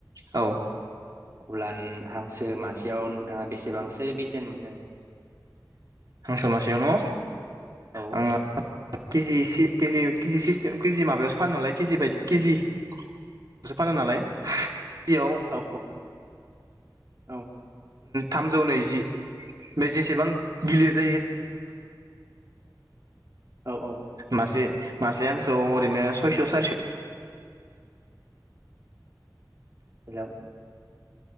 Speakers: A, on the right; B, on the right.
A: औ
B: अब्ला नो हांसो <inaudible> सेयाव नोंथाङा बेसेबांसो बेसे बेसेन मोनो
A: हांसो मासेयाव न'
B: औ
A: आङो केजि केजि सिस्टेम केजि माबायावसो फानो नालाय केजि बायदि केजिसो फानो नालाय केजियाव
B: औ औ।
A: थाम जौ नैजि बे जेसेबां गिलिर जायो
B: औ औ
A: मासे मासे हांसो ओरैनो सयस' सारिस'
B: हेलौ